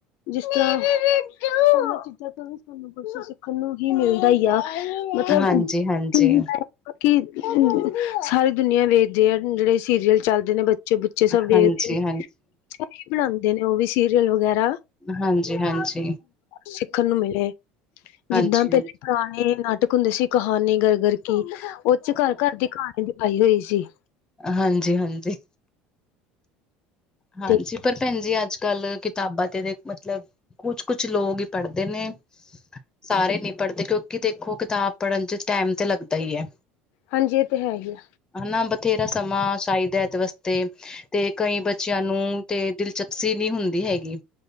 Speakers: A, on the left; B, on the left.
A: ਜਿਸ ਤਰ੍ਹਾਂ ਉਹਨਾਂ ਚੀਜ਼ਾਂ ਤੋਂ ਵੀ ਸਾਨੂੰ ਕੁਝ ਸਿੱ ਸਿਖਣ ਨੂੰ ਹੀ ਮਿਲਦਾ ਹੀ ਆ ਮਤਲਬ
B: ਹਾਂਜੀ ਹਾਂਜੀ
A: <unintelligible> ਸਾਰੀ ਦੁਨੀਆਂ ਵੇਖਦੇ ਆ ਜਿਹੜੇ ਸੀਰੀਅਲ ਚੱਲਦੇ ਨੇ ਬੱਚੇ ਬੁਚੇ ਸਭ ਵੇਖਦੇ
B: ਹਾਂਜੀ
A: ਨੇ।
B: ਹਾਂਜੀ
A: ਕਿ ਬਣਾਂਦੇ ਨੇ ਉਹ ਵੀ ਸੀਰੀਅਲ ਵਗੈਰਾ
B: ਹਾਂਜੀ-ਹਾਂਜੀ
A: ਸਿਖਣ ਨੂੰ ਮਿਲੇ,
B: ਹਾਂਜੀ
A: ਜਿੱਦਾਂ ਪਹਲੇ ਪੁਰਾਣੇ ਨਾਟਕ ਇਕ ਹੁੰਦੀ ਸੀ ਕਹਾਣੀ ਘਰ-ਘਰ ਕੀ ਉਹ ਚ ਘਰ-ਘਰ ਦੀ ਕਹਾਣੀ ਦਿਖਾਈ ਹੋਈ ਸੀ।
B: ਹਾਂਜੀ-ਹਾਂਜੀ ਹਾਂਜੀ
A: ਤੇ
B: ਪਰ ਭੈਣ ਜੀ ਅੱਜ ਕੱਲ੍ਹ ਕਿਤਾਬਾਂ ਤੇ ਮਤਲਬ ਕੁਛ ਕੁਛ ਲੋਕ ਹੀ ਪੜ੍ਹਦੇ ਨੇ। ਸਾਰੇ ਨਹੀ ਪੜ੍ਹਦੇ ਕਿਉਂਕਿ ਦੇਖੋ ਕਿਤਾਬ ਪੜ੍ਹਨ ਚ ਟੈਮ ਤੇ ਲੱਗਦਾ ਹੀ ਐ।
A: ਹਾਂਜੀ ਏਹ ਤੇ ਹੈ ਹੀ ਆ।
B: ਹਨਾ ਬਥੇਰਾ ਸਮਾਂ ਚਾਹੀਦਾ ਏਦੇ ਵਾਸਤੇ ਤੇ ਕਈ ਬੱ ਬੱਚਿਆਂ ਨੂੰ ਤੇ ਦਿਲਚਪਸੀ ਨੀਂ ਹੁੰਦੀ ਹੈਗੀ